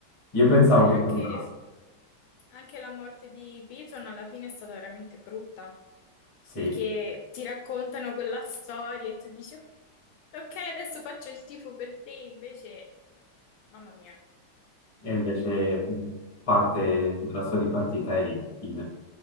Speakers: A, on the left; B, on the left.
A: Io pensavo
B: Beh,
A: che
B: anche,
A: tornasse.
B: anche la morte di Piton alla fine è stata veramente brutta,
A: Sì,
B: perché ti raccontano quella storia e tu dici, "Ok, ok, adesso faccio il tifo per te, invece, mamma mia,
A: e invece parte, la sua di partita è lì, fine.